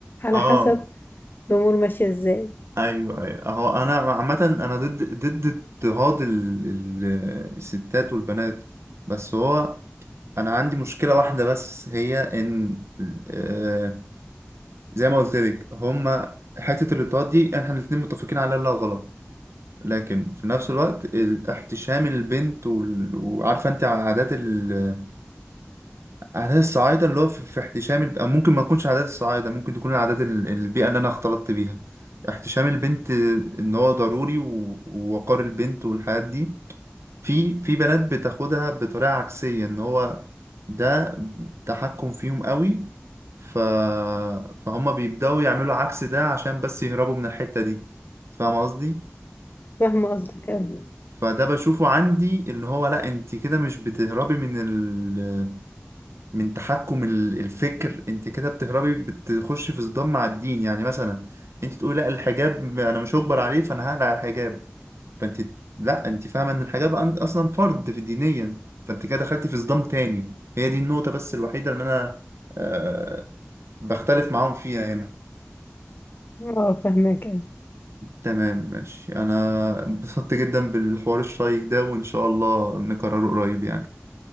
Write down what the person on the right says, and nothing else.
اه
ايوه ايوه اهو انا عامة انا ضد ضد اضطهاد ال- ال- الستات والبنات بس هو انا عندي مشكلة واحدة بس هي ان آه، زي ما قلت لك هما حتة الاضطهاد دي احنا الاتنين متفقين عليها انها غلط لكن في نفس الوقت ال- احتشام البنت وال... وعارفه انت عادات ال... عادات الصعايده اللي هو في في احتشام الب... أو ممكن ما تكونش عادات الصعايده ممكن تكون العادات ال- البيئه اللي انا اختلطت بيها احتشام البنت ان هو ضروري و... ووقار البنت والحاجات دي في في بنات بتاخدها بطريقه عكسيه ان هو ده تحكم فيهم قوي ف... فهم بيبداوا يعملوا عكس ده عشان بس يهربوا من الحته دي فاهم قصدي
فده بشوفه عندي اللي هو لا انت كده مش بتهربي من ال... من تحكم ال- الفكر انت كده بتهربي بتخشي في صدام مع الدين يعني مثلا انت تقولي لا الحجاب انا مش هجبر عليه فانا هقلع الحجاب فانت لا انت فاهمه ان الحجاب أن- اصلا فرض في دينيا فانت كده دخلتي في صدام تاني هي دي النقطه بس الوحيده اللي انا أه بختلف معاهم فيها هنا
تمام ماشي انا انبسطت جدا بالحوار الشيق ده وان شاء الله نكرره قريب يعني